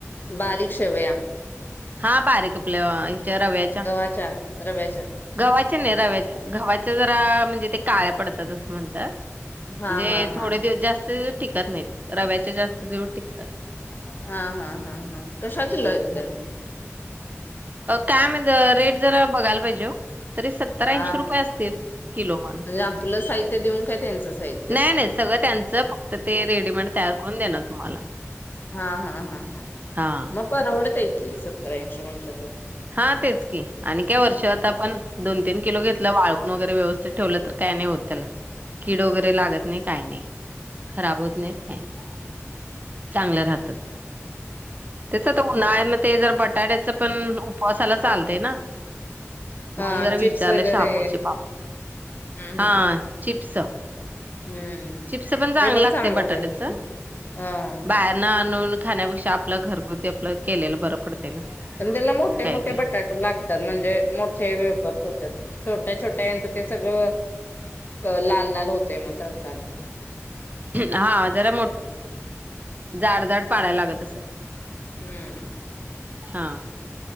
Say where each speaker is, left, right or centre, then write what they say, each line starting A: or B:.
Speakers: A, on the left (about 40°); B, on the right (about 35°).
A: बारीक शेवया.
B: हा, बारी कपल्या हच्या रव्याच्या.
A: गव्हाच्या, रव्याच्या.
B: गव्हाच्या नाही रव्याच्या गव्हाच्या जरा म्हणजे ते काळ्या पडतात असं म्हणतात.
A: हा
B: म्हणजे
A: हा हा.
B: दिवस जास्त दिवस टिकत नाहीत रव्याचे जास्त टिकतात.
A: हा हा हा हा, कशा किल्ल आहेत त्या.
B: का म्हण रेट जरा बघायला पाहिजे तरी सतर ऐशी
A: हा
B: रुपये. पय अस किलो मग
A: म्हणजे आपलं साहित्य देऊन काय त्यांचं साहित्य?
B: नाही नाही सगळ त्यांच फक्त. ते रेडीमेड तयार करून देणार तुम्हाला.
A: हा हा हा हा,
B: हां,
A: मग परवडत आहे की, सत यांशी म्हंटल्या तर.
B: हा, तेच की, आणि काया वर्षातता आपण दोन तीन किलो घेतलं वाळून वगैरे व्यवस्थित. ठे काय नाही हो त्याला कीड वगैरे लागत नाही नाही खराब होत नाही. होत नाहीत काय नाही चांग राहत त्या उन्हाळ. ते जर बटाट्याच पण उपवासाला चालत ना. म्हणून
A: हा
B: जरा
A: चिप्स
B: विचारलं
A: वगैरे
B: शावूचे
A: हम्म
B: हा,
A: हम्म
B: चिप्स.
A: हम्म
B: चिप्स पण चांग
A: ते
B: लागते
A: चांगलं
B: बटाट्याच
A: पाहिजे हा
B: बाहेर. न आणून खाण्यापेक्षा आपलं घरगुती आप केलेलं बरं पडते ना.
A: पण त्याला मोठे
B: काय
A: मोठे
B: काय
A: बटाटे लागत. त म्हणजे मोठ्या वेपरत होत छोट्या छोट्यांत ते सगळं. अ लाल लाल होतेय मग तळताना.
B: हा, जरा जाड जाड पाडायला लागत असल.
A: हम्म
B: हा,